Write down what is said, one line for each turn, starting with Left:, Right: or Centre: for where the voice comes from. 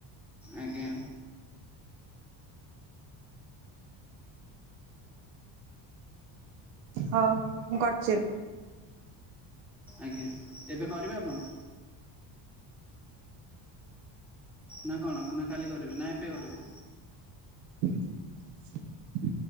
Centre: ଆଜ୍ଞା।
Right: ହଁ ମୁ କରଛି।
Centre: ଆଜ୍ଞା ଏବେ କରିବେ ଆପଣ? ନା। କଣ ନା କାଲି କରିବେ, ନା ଏବେ କରିବେ?
Right: <inaudible>